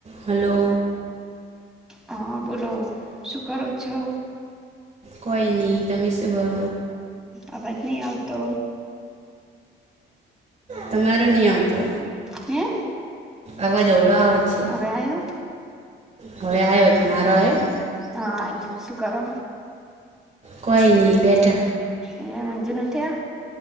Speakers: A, on the right; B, in the centre.
A: Hello
B: હા, બોલો શું કરો છો.
A: કોઈ, નહી. તમે શું કરો
B: અવાજ નહીં આવતો
A: તમારો નહી આવતો
B: હે
A: અવાજ, ઓવળો આવે છે.
B: હવે આવ્યો
A: હવે, આવ્યો તમારો આવ્યો
B: હ આયુ શું કરો
A: કોઈ નહી, બેઠા.
B: એ મંજ ન ઉઠ્યા